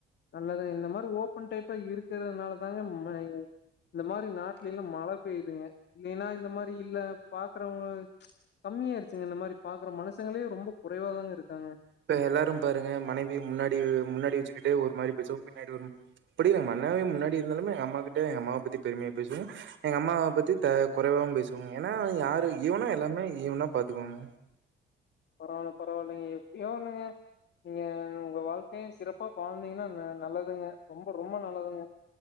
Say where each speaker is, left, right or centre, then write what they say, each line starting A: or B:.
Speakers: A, on the left; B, on the right.
A: நல்லதுங்க இந்த மாரி ஓப்பன் டைப்பா இருக்கறதுனால தாங்க மை இந்த மாரி நாட்டுலேல்லா மழ பெய்யுதுங்க இல்லேன்னா இந்த மாரி இல்ல பாக்குறவங்க கம்மியாடுச்சுங்க இந்த மாரி பாக்ற மனுசங்களே ரொம்ப குறைவாதாங்க இருக்காங்க
B: இப்ப எல்லாரு பாருங்க மனைவி முன்னாடி முன்னாடி வச்சுக்கிட்டே ஒரு மாரி பேசுவாங்க பின்னாடி ஒரு அப்டிலிங்க மன்னாவே முன்னாடி இருந்தாலுமே எ அம்மா கிட்ட எ அம்மாவ பத்தி பெருமையா பேசுவே எங்க அம்மாவ பத்தி த குறைவாவு பேசுவங்க ஏன்னா யாரு ஈவனா எல்லாமே ஈவனா பாத்துக்கோங்க
A: பரவால்ல பரவால்லைங்க எப்டியோ ஒண்ணுங்க நீங்க உங்க வாழ்க்கைய சிறப்பா வாழ்ந்தீங்கன்னா நல்லதுங்க ரொம்ப ரொம்ப நல்லதுங்க